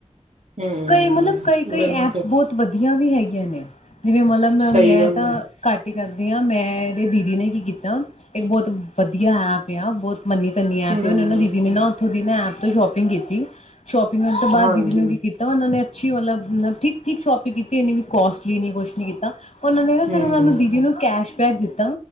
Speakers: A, on the right; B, on the left.
A: ਹੂੰ,
B: ਕਈ ਮਤਲਬ, ਕਈ ਕਈ
A: ਮੈਨੂੰ
B: ਐਪਸ
A: ਫਿਰ
B: ਬਹੁਤ ਵਧੀਆ ਵੀ ਹੈਗੀਆਂ ਨੇ। ਜਿਵੇਂ ਮਤਲਬ
A: ਸਹੀ
B: ਮੈਂ
A: ਗੱਲ
B: ਤਾਂ
A: ਹੈ।
B: ਘੱਟ ਹੀ ਕਰਦੀ ਹਾਂ। ਮੈਂਰੇ ਦੀਦੀ ਨੇ ਕੀ ਕੀਤਾ ਇੱਕ ਬਹੁਤ ਵਧੀਆ ਐਪ ਏ ਹ ਬਹੁਤ ਮੰਨੀ ਤਨੀ ਐਪ
A: ਹੂੰ,
B: ਹੈ। ਉਹਨੇ ਨਾ, ਦੀਦੀ ਨੇ ਨਾ, ਉੱਥੋਂ ਦੀ ਨਾ ਐਪ ਤੋਂ ਸ਼ੋਪਿੰਗ ਕੀਤੀ। ਸ਼ੋਪਿੰਗ ਹੋਣ ਤੋਂ ਬਾਅਦ
A: ਹਾਂਜੀ,
B: ਦੀਦੀ ਨੂੰ ਵੀ ਕੀਤਾ ਉਹਨਾਂ ਨੇ ਅੱਛੀ ਉਲਬ-ਮਤਲਬ ਠੀਕ-ਠੀਕ ਸ਼ੋਪਿੰਗ ਕੀਤੀ। ਇੰਨੀ ਵੀ ਕੋਸਟਲੀ ਨੀ, ਕੁਛ ਨੀ ਕੀਤਾ। ਉਹਨਾਂ ਨੇ ਨਾ,
A: ਹੂੰ,
B: ਫਿਰ ਉਹਨਾਂ ਨੂੰ ਦੀਦੀ ਨੂੰ ਕੈਸ਼ਬੈਕ ਦਿੱ ਤਾਂ,